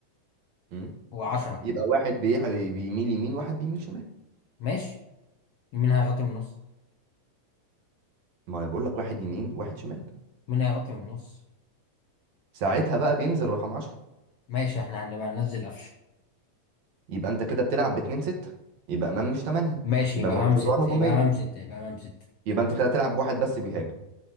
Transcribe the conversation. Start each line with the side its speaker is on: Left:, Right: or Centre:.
Right: مم.
Left: وعشرة
Right: يبقى واحد بيح- بيميل يمين واحد بيميل شمال
Left: ماشي مين هيغطي من النص
Right: ما أنا بقول لك واحد يمين واحد شمال
Left: مين هيغطي من النص
Right: ساعتها بقى بينزل رقم 10
Left: ماشي احنا هنبقى ننزل قفشة
Right: يبقى أنت كده بتلعب باتنين ستة يبقى إمام مش تمانية
Left: ماشي
Right: يبقى
Left: يبقى
Right: ملوش
Left: امام ستة
Right: أدوار هجومية
Left: يبقى امام ستة يبقى امام ستة
Right: يبقى أنت كده تلعب بواحد بس بيهاجم